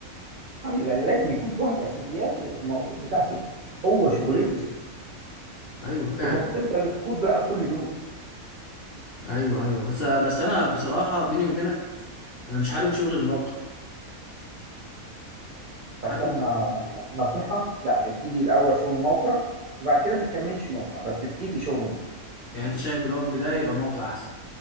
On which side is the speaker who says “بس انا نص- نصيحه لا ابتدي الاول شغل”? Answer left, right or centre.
Right